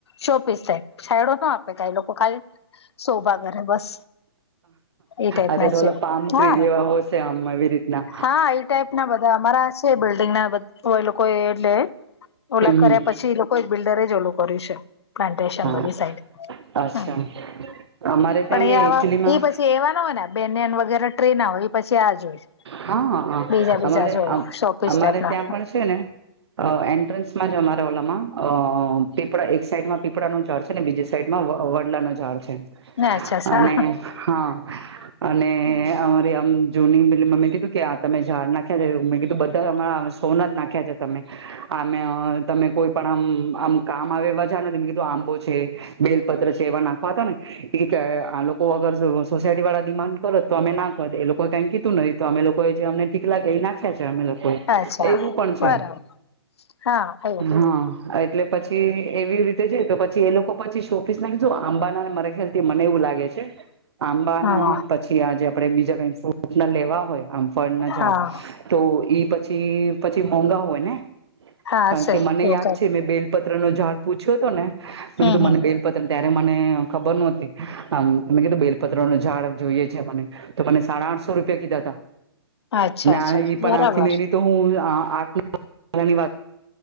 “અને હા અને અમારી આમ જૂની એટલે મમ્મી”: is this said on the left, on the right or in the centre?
Right